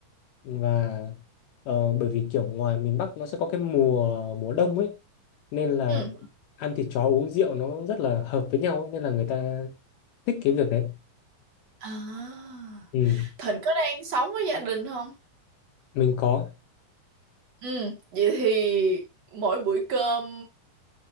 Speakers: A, on the left; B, on the right.
A: và ờ, bởi vì kiểu ngoài miền Bắc nó sẽ có cái mùa mùa đông ấy nên là
B: Ừ.
A: ăn thịt chó uống rượu nó rất là hợp với nhau ấy. nên là người ta thích cái việc đấy
B: À.
A: ừ,
B: Thịnh có đang sống với gia đình không?
A: mình có
B: Ừ. Vậy thì mỗi buổi cơm